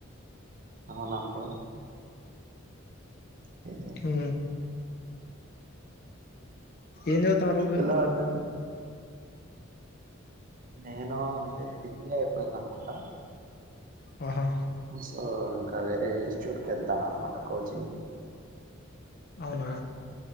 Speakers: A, on the right; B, on the left.
A: అవున బ్రో ఓకే.
B: ఉ ఏం చదువుతున్నారు బ్రో మీరు
A: ఎలా అందేడు నేను అంటే డిగ్రీ అయిపోయింది అన్నమాట
B: ఆహా
A: ఇంకా సో ఇంకా వేరే ఇన్స్టిట్యూట్ కి కెళ్తాను అన్నమాట కోచింగ్ కి
B: అవునా